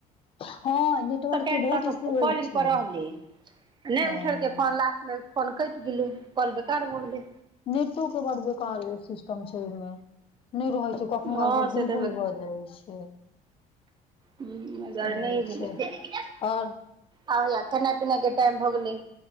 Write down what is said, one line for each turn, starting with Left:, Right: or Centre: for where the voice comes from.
Left: हँ नेटवर्क
Right: सकेंड
Left: के बहुत
Right: तक
Left: इशू होइ
Right: कॉलिंग
Left: छै
Right: पर रहले, नहि
Left: ओ
Right: उठेलकै फोन। लास्ट मे फोन कटि गेलै, कॉल बेकार भ गेले।
Left: नेटो क बड बेकार सिस्टम छै ओहिमे, नहि रहै छै। कखनोकालके
Right: हँ से
Left: गुल
Right: तऽ हेबे
Left: गुल भऽ जाइ छै।
Right: हम्म अगर
Left: से
Right: नहि भेलइ,
Left: छै आओर
Right: आ या खेनाइ पिनाइ के टाइम भ गेलै।